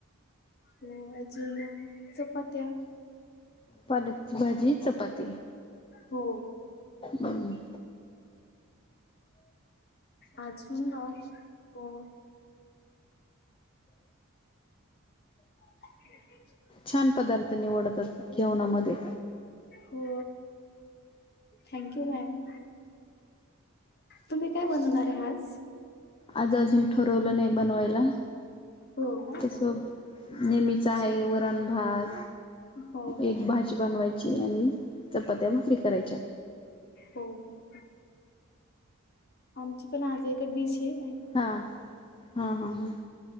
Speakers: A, on the left (about 45°); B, on the left (about 25°).
A: हो अजून चपात्या
B: पालकची भाजी चपाती
A: हो
B: हम्म
A: आजूना हो हम्
B: छान पदार्थ निवडतात जेवणामध्ये
A: हो थँक यू मॅम तुम्ही काय बनवणार आहे आज?
B: आज अजून ठरवलं नाही बनवायला
A: हो का
B: तस नेहमीच
A: अच्छा
B: आहे वरण भात
A: हो हो
B: एक भाजी बनवायची आणि चपात्या भाकरी करायच्या
A: हो हो आमची पण आज एक डीश ये
B: हा हा हा हा